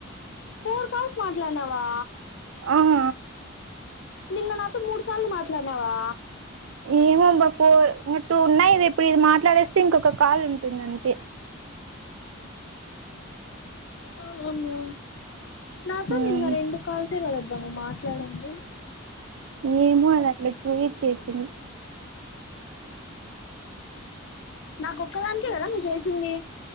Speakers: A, on the left; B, on the right.
A: ఫోర్ కాల్స్ మాట్లాడనావా
B: ఆహ
A: నిన్ను నాతో మూడు సార్లు మాట్లాడినావా
B: ఏమో అబ్బా ఫో టు ఉన్నాయి ఇది ఇప్పుడు ఇది మాట్లాడేస్తే ఇంకొక కాల్ ఉంటుంది అంతే
A: అవును నాతో
B: ఉమ్
A: నిన్న రెండు కాల్సే కదబ్బా నువ్వు మాట్లాడంది
B: ఏమో అది అట్లా చూయిసింది
A: నాకొక్కదానికే కదా నువ్వు చేసింది